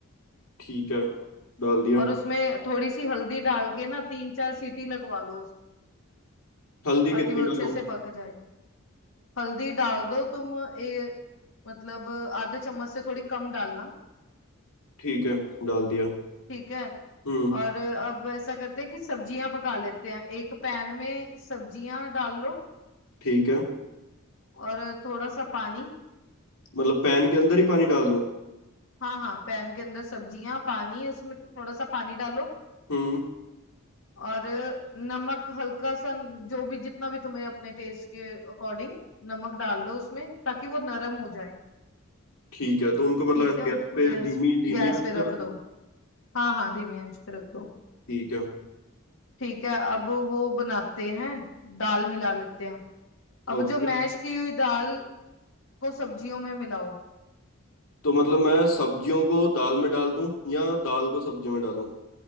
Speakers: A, on the left; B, on the left.
A: ठीक है डाल दिया
B: और उसमें थोड़ी सी हल्दी डाल के ना तीन चार सीटी लगवा लो उसको
A: हल्दी
B: ताकि
A: कितनी
B: वो अच्छे
A: डालूं
B: से पक जाए हल्दी डाल दो तुम ए, मतलब आधे चम्मच से थोड़ी कम डालना
A: ठीक है डाल दिया
B: ठीक है
A: हम्म
B: और अब ऐसा करते हैं कि सब्जियां पका लेते हैं एक पैन में सब्जियां डाल लो
A: ठीक है
B: और थोड़ा सा पानी
A: मतलब पैन के अंदर ही पानी डाल लूं
B: हाँ हाँ पैन के अंदर सब्जियां पानी उसमें थोड़ा सा पानी डालो
A: हम्म
B: और नमक हल्का सा जो भी जितना भी तुम्हें अपने टेस्ट के अकॉर्डिंग नमक डाल लो उसमें ताकि वो नरम हो जाए
A: ठीक है तो उनको मतलब
B: ठीक
A: ऐसे
B: है
A: गैस
B: उसको
A: पे
B: गैस
A: धीमी धीमी
B: गैस
A: आंच
B: पे
A: पे
B: रख
A: रखूं
B: दो हाँ हाँ धीमी आंच पे रख दो
A: ठीक है
B: ठीक है अब वो बनाते हैं दाल मिला लेते हैं अब
A: ओके
B: जो मैश की हुई दाल को सब्जियों में मिलाओ
A: तो मतलब मैं सब्जियों को दाल में डाल दूं या दाल को सब्जियों में डालूं